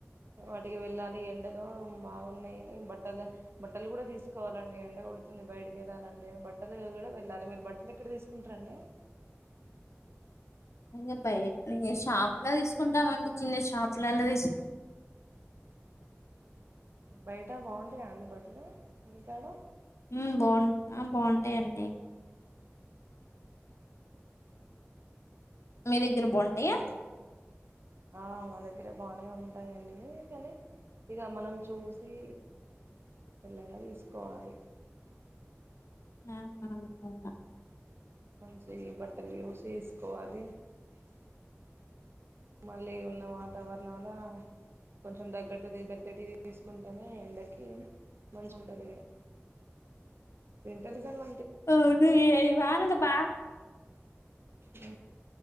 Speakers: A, on the right (about 55°); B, on the left (about 75°).
A: వాటికి వెళ్ళాలి ఎన్ దలో బాగున్నయి బట్ టలు బట్టలు కూడా తీసుకోవాలండి ఎండే కొడుతుంది బయటకి వెళ్ళాలంటె. బట్టలు కూడా వెళ్ళాలి మీరు బట్టలు ఎక్కడ తీసుకుంటరండి.
B: ఇంగ బయట్నే షాపులా తీసుకుంటామండి చిన్న షాపులలా తీసు
A: బయట బాగుంటాయా అండి బట్టలు మీకాడ
B: ఉ బా ఆ బాగుంటయండి మీ దగర ఉంటయా
A: మీ ఆ మద దగ్గర బానే ఉంటాయండి కాని ఇక మనం చూసి తెల్లంగ తీసుకోవాలి
B: <unintelligible>
A: మంచ్ చి బట్టలు చూసెస్ కోవాలి మళ్ళీ ఉన్న వాతావరణలా కొంచెం తగ్గటుది మెత్తటి తీసుకుంటేనే ఎండకి మంచి ఉంటది ఇగ వింటర్ సీజన్ల
B: అవున్ ను ఏయ్ వాన దు బ
A: ఉ